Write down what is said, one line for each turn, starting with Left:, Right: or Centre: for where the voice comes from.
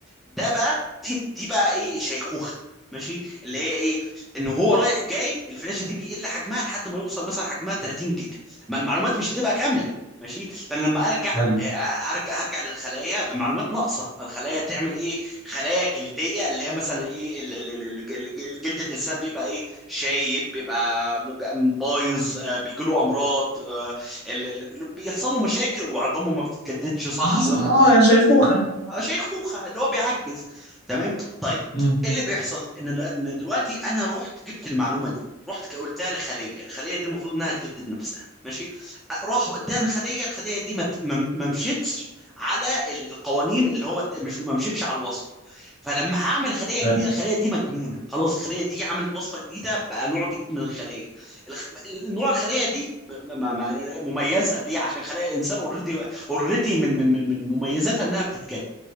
Centre: ده بقى دي, دي بقى ايه شيخوخه ماشي اللي هي ايه ان
Left: ماشي
Centre: هو رايح جاي الفلاشه دي بيقل حجمها لحد ما يوصل مثلا حجمها 30 جيجا ما المعلومات مش هتبقى كامله ماشي فانا لما ارجع
Left: حلو
Centre: آه، هرجع هرجع للخلايا بمعلومات ناقصه فالخلايا تعمل ايه خلايا جلديه اللي هي مثلا ايه ال- ال- ال- الج- الجلد الانسان بيبقى ايه شايب بيبقى مج- بايظ آه، بيجيله امراض آه، ال- ال- بيحصل له مشاكل وعظامه ما بتتجددش صح
Left: خلاص
Centre: ولا
Left: اه يعني شايفوها
Centre: شيخوخه اللي هو بيعجز تمام طيب
Left: مم.
Centre: ايه اللي بيحصل ان إن دلوقتي انا رحت جبت المعلومه دي رحت قلتها لخليه الخليه دي المفروض انها تجدد نفسها ماشي أ- راحوا اداها لخليه الخليه دي ما ت- ما ما مشيتش على ال- القوانين اللي هو د- مش ما مشيتش على الوصفه فلما هعمل خليه
Left: ماشي
Centre: جديده الخليه دي مجنونه خلاص الخليه دي عملت وصفه جديده بقى نوع جديد من الخليه الخ... نوع الخليه دي ب- ما... ما... ما- مميزه ليه عشان خلايا الانسان اوريدي اوريدي من من من من مميزاتها انها بتتجدد